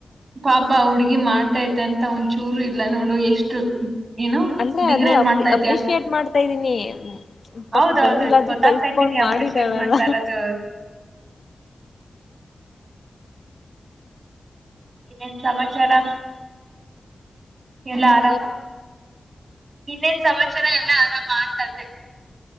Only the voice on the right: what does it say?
ಪಾಪ ಹುಡ್ಗಿ ಮಾಡ್ತೈತೇ ಅಂತ ಒಂದಚೂರು ಇಲ್ಲ ನೋಡು ಎಷ್ಟು. ಏನು
ಡಿಗ್ರೇಡ್
ಮಾಡ್ತಾ ಇದ್ಯಾ
ಹೌದೌದು
ಗೊತ್ತಾಗ್ತೈತೆ
ನೀ ಅಪ್ರಿಶಿಯೇಟ್
ಮಾಡ್ತಾ ಇರೋದು ಏನ್ ಸಮಾಚಾರ ಎಲ್ಲ ಆರಾಮ?
ಇನ್ನೇನ್ ಸಮಾಚಾರ ಎಲ್ಲ ಆರಾಮಾ ಅಂತಂದೆ.